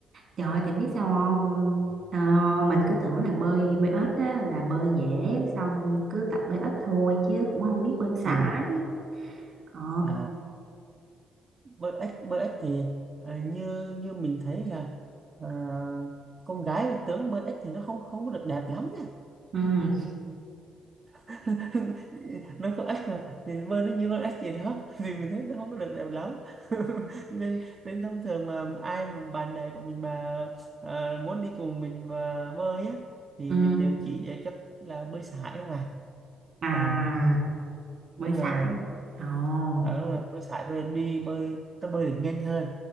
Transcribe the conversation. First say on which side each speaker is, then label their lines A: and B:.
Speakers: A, on the right; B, on the right.
A: Trời ơi, thì biết sao không? Ờ, mình cứ tưởng là bơi bơi ếch á, là bơi dễ xong cứ tập bơi ếch thôi chứ cũng không biết bơi sải.
B: Ừ.
A: Ờ.
B: À, bơi ếch bơi ếch thì ờ, như như mình thấy là ờ, con gái mà tướng bơi ếch thì nó không không có được đẹp lắm
A: Ừ.
B: <laughs> nó có ếch mà thì bơi nó như con ếch gì đó <laughs> thì mình thấy nó không có được đẹp lắm <laughs> nên nên thông thường mà ai mà bạn bè của mình mà ờ, muốn đi cùng mình mà bơi á thì
A: Ừ.
B: mình đều chỉ dạy cho là bơi sải không à
A: À,
B: à
A: bơi
B: đúng
A: sải.
B: rồi
A: Ồ.
B: à, đúng rồi bơi sải bơi đi bơi ta bơi được nhanh hơn